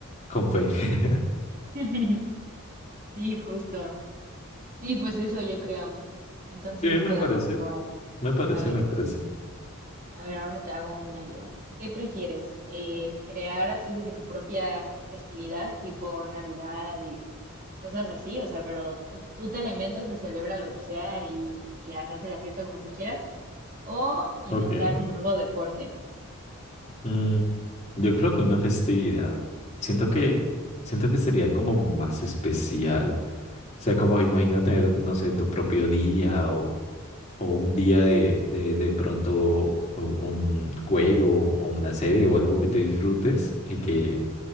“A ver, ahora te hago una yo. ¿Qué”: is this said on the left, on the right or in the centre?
Right